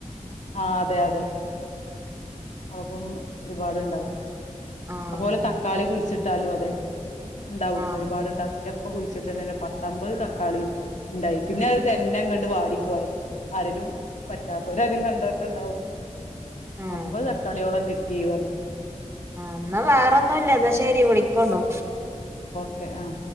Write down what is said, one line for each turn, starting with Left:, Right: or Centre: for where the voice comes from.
Left: ആഹ് അതെ അതെ ക്ക ഒരുപാടുണ്ടാവും
Right: ആഹ്
Left: അതുപോലെ തക്കാളി കുഴിച്ചിട്ടാലോ അതെ ഉണ്ടാവുട്ട്
Right: ആഹ്
Left: ഒരുപാട്ണ്ടാവട്ടപ്പൊ കുഴിച്ചിട്ടുണ്ടെ പത്തമ്പത് തക്കാളി ഉണ്ടായി പിന്നെ അത് തന്നെ കണ്ട് വാടിപ്പോയത്ര ആരലും പറ്റാത്തവര ആരും കണ്ടട്ടണ്ടാവും
Right: ആഹ്
Left: അമ്പത് അക്കാളിയോളം കിട്ടീ പറഞ്ഞ
Right: എന്നാ വേറെൊന്നുംല്ല എന്നാ ശരി വിളിക്കോണ്ടു
Left: ക്കെ ആഹ